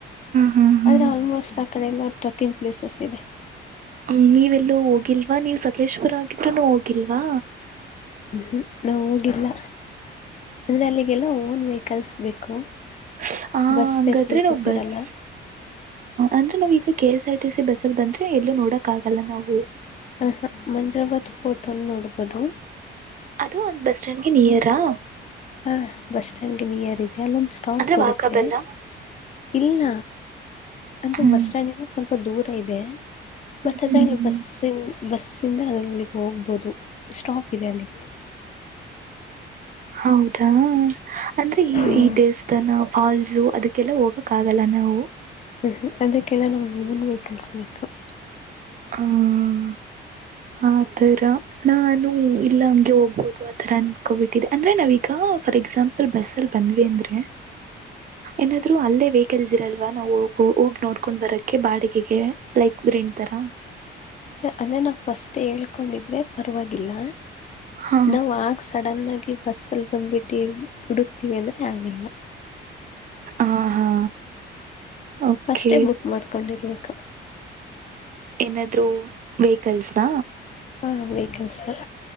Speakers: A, on the right (about 45°); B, on the left (about 35°).
A: ಹಾ ಹಾ
B: ಆದ್ರೆ ಆಲ್ಮೋಸ್ಟ್ ಆ ಕಡೆ ಎಲ್ಲ ಟ್ರೆಕ್ಕಿಂಗ್ ಪ್ಲೇಸಸ್ ಇದೆ
A: ಹ್ಮ ನೀವೆಲ್ಲೂ ಹೋಗಿಲ್ವಾ ನೀವ್ ಸಕಲೇಶ್ವಪುರ ಆಗಿದ್ರೂನು ಹೋಗಿಲ್ವಾ
B: ಹ್ಮ್ ನಾವ ಹೋಗಿಲ್ಲ ಅಂದ್ರೆ ಅಲ್ಲಿಗೆಲ್ಲ ಓನ್ ವೆಹಿಕಲ್ಸ್ ಬೇಕು
A: ಹ
B: ಬಸ್
A: ಹಂಗಾದ್ರೆ
B: ಫೆಸಿಲಿಟೀಸ್
A: ನಾವ‌ ಬಸ್
B: ಇರಲ್ಲ
A: ಅಂದ್ರೆ ನಾವ ಈಗ K S R T C ಬಸ್ಸ ಅಲ್ಲ ಬಂದ್ರೆ ಎಲ್ಲೂ ನೋಡಕ್ ಆಗಲ್ಲ ನಾವು
B: ಹ ಹ ಮಂಜ್ರಾಬಾದ್ ಪೂಟ್ ಒಂದ ನೋಡ್ಬೋದು
A: ಅದು ಒಂದ್ ಬಸ್ ಸ್ಟ್ಯಾಂಡ್ಗೆ ನಿಯರಾ
B: ಹಾ ಬಸ್ ಸ್ಟ್ಯಾಂಡ್ಗೆ ನೀಯರ್ ಇದ ಅಲ್ಲೊಂದು ಸ್ಟಾಪ್
A: ಅಂದ್ರೆ
B: ಕೊಡುತ್ತೆ
A: ವಾಕಬಲ್ಲ
B: ಇಲ್ಲ ಅದು
A: ಹ್ಮ್
B: ಬಸ್ ಸ್ಟ್ಯಾಂಡ್ಂದ ಸ್ವಲ್ಪ ದೂರ ಇದೆ ಬಟ್
A: ಹ್ಮ್
B: ಅದ್ರಲ್ಲಿ ಬಸ್ಸ ಬಸ್ಸಿಂದ ಅಲ್ಲಿಗೆ ಹೋಗ್ಬೋದು ಸ್ಟಾಪ್ ಇದೆ ಅಲ್ಲಿಗೆ
A: ಹೌದಾ ಅಂದ್ರೆ ಈ
B: ಹ್ಮ್
A: ಈ ದೇವಸ್ಥಾನ ಫಾಲ್ಸು ಅದಕ್ಕೆಲ್ಲ ಹೋಗ ಕ್ಕಾಗಲ್ಲ ನಾವು
B: ಹ್ಮ್ ಅದಕ್ಕೆಲ್ಲಾ ನಾವ್ ನ್ ವೆಹಕಲ್ಸ್ ಬೇಕು <unintelligible>
A: ಹ್ಮ್ ಆ ತರ ನಾನು ಇಲ್ಲ ಹಂಗೆ ಹೋಗ್ಬೋದು ಆತರ ಅನ್ಕೊಬಿಟ್ಟಿದೆೆ ಅಂದ್ರೆ ನಾವೀಗ ಫ ಎಸಾಂಪಲ್ ಬಲ್ಲಿ ಬಂದ್ ಅಂದ್ರೆ ಏನ್ೂ ಅಲ್ಲ ವೆಹಿಕಲ್ಸ್ ಇರಲ್ವಾ ನಾವು ಹೋಗ ಹೋಗಿ ನೋಡ್ಕೊಂಡ್ ಬರಕ್ಕೆ ಬಾಡಿಗೆಗೆ ಲೈಕ್ ರೆಂಟ್ತರ
B: ಅದ್ರ ನಾ ಫಸ್ಟ್ ಹೇಳ್ಕೊಂಡಿದ್ರೆ ಪರವಾಗಿಲ್ಲ
A: ಹಾ
B: ನಾವ್ ಆ ಸಡನ್ನ ಆಗಿ ಬಸ್ಸಲ್ಲಿ ಬಂದ್ಬಿಟ್ಟು ಹುಡುಕ್ತೀವಿ ಅಂದರೆ ಆಗಲ್ಲ
A: ಹಾ ಹಾ ಓಕೆ
B: ಫಾಸ್ಟ್ ಬುಕ್ ಮಾಡ್ಕೊಂಡಿರ್ಬೇಕು
A: ಏನಾದ್ರು ವೆಹಿಕಲ್ಸ್ನ
B: ಹಾ ವಹಿಕಲ್ಸ್ <inaudible>